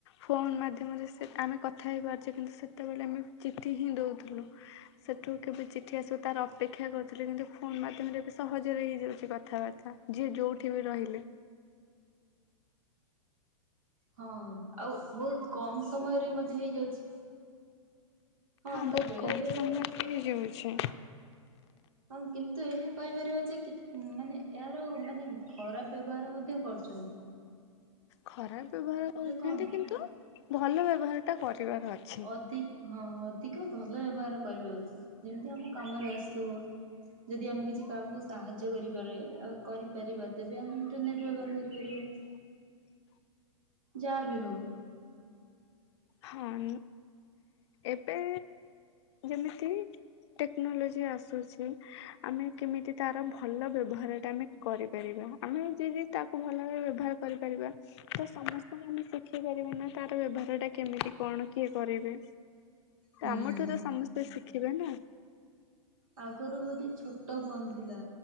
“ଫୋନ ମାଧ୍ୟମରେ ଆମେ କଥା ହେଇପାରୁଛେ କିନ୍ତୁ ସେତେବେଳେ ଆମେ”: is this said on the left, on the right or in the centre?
Left